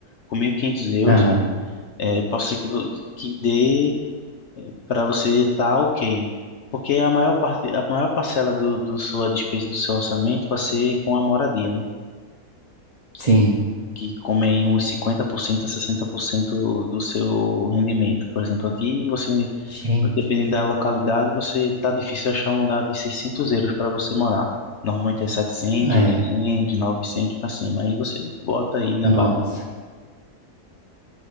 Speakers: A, on the left; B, on the right.
A: com mil e quinhentos euros,
B: Aham.
A: é, posso ser que, vo- que dê para você estar ok. Porque a maior parte, a maior parcela do, do sua despesa do seu orçamento vai ser com a moradia, né? Que,
B: Sim.
A: que come aí uns 50% a 60% do seu rendimento. Por exemplo, aqui você,
B: Gente.
A: dependendo da localidade, você tá difícil achar um lugar de 600 euros para você morar. Normalmente é setecentos,
B: Ah,
A: 800,
B: É.
A: 900 para cima. Aí você bota aí na
B: Nossa.
A: balança.